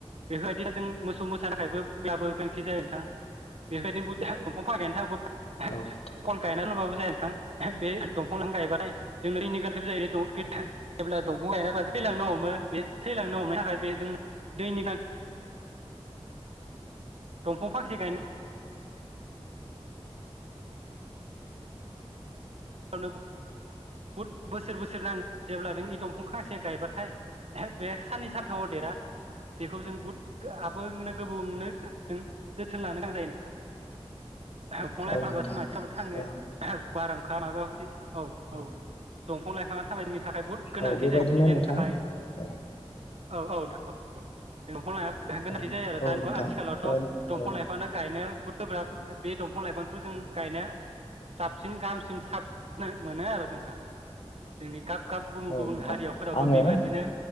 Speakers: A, on the right; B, on the left.
A: बेफोरबायदिनो जों मोसौ मोसा थाखायबो ब्लाबो गोनांथि जायो नोंथां बेफोरबायदिनो दंफां फांसे <unintelligible>
B: औ नोंथां
A: <unintelligible> <unintelligible> नोंथां बे दंफां लांइफां गायबा जोंनो दैनि गोनांथि जायो <unintelligible> जेब्ला दंफां गायनाया थैलांनो हमो <unintelligible> थाखाय बे जों दैनि <unintelligible> फांसे गायनो <unintelligible> बुहुद बोसोर बोसोर नाङो जेब्ला नों इ दंफां गांसे गायबाथाय बे साननै सानथामाव देरा बेखौ जों बुहुथ <unintelligible> गोबौनो जों जोथोन लानो गोनां जायो नोंथां। <unintelligible>
B: औ
A: <unintelligible>
B: नोंथां
A: फ्रि
B: ओ
A: अ औ दंफां लाइ
B: औ
A: फांआ <unintelligible> थाखाय बुहुद गोनांथि
B: औ बेबायदिनो
A: जायो अक्सिजेननि
B: नोंथां
A: थाखाय
B: औ।
A: औ औ नोथां। औ दंफां <unintelligible> गोनांथि
B: औ
A: जायो आरो
B: औ
A: दानि
B: नोंथां
A: आथिखालावथ'
B: ओ
A: दंफां
B: ओ
A: लाइफांनो गायनो <unintelligible> गोब्राब बे दंफां लाइफांखौ जों गायनाया साबसिन गाहामसिन <unintelligible> मोनो आरो नोंथां। जोंनि गाब गाब गुबुन
B: औ
A: गुबुन
B: नोंथां
A: हारियावफोराबो
B: आङो
A: बेबायदिनो